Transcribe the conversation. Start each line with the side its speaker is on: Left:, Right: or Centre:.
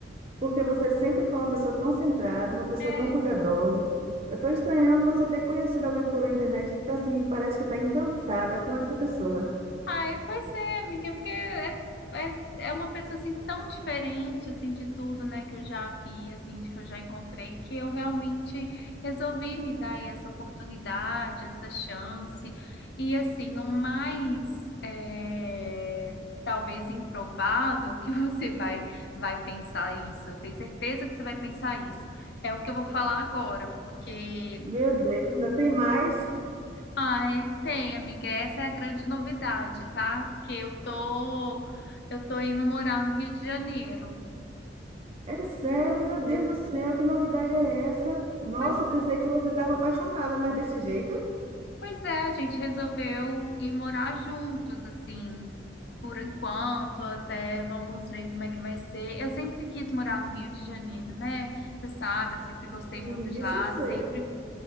Right: porque você sempre foi uma pessoa tão centrada, uma pessoa
Left: É,
Right: tão cuidadosa. Eu estou estranhando você ter conhecido alguém por internet que tá assim, parece que está encantada com essa pessoa.
Left: ai, pois é, amiga, é porque é, é, é uma pessoa assim tão diferente assim de tudo, né, que eu já vi, assim, de que eu já encontrei, que eu realmente resolvi me dar essa oportunidade, essa chance. E assim, o mais é, talvez improvável que <laughs> você vai, vai pensar isso, eu tenho certeza que você vai pensar isso, é o que eu vou falar agora, porque.
Right: Meu Deus, ainda tem mais?
Left: Ai, tem, amiga. Essa é a grande novidade, tá? Porque eu tô, eu tô indo morar no Rio de Janeiro.
Right: É sério, meu Deus do céu, que novidade é essa? Nossa,
Left: Pois,
Right: pensei que você estava apaixonada, mas desse jeito?
Left: pois é, a gente resolveu ir morar juntos, assim, por enquanto, até vamos ver como é que vai ser. Eu sempre quis morar no Rio de Janeiro, né? Você sabe, eu sempre gostei
Right: Sim,
Left: muito
Right: disso
Left: de lá,
Right: eu sei.
Left: sempre